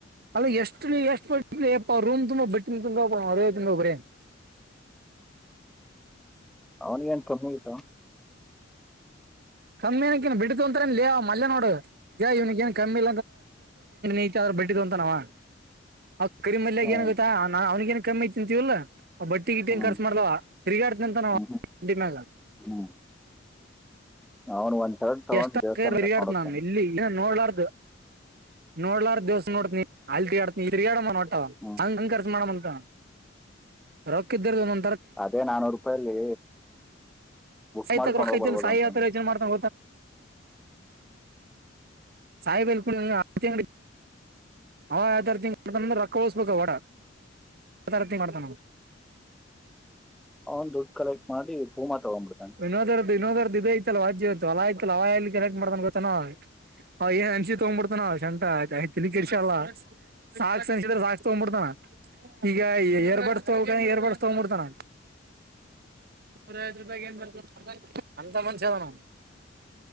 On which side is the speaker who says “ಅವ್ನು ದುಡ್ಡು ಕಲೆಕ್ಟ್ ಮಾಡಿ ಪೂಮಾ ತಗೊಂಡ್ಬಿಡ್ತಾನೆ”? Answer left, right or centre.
Centre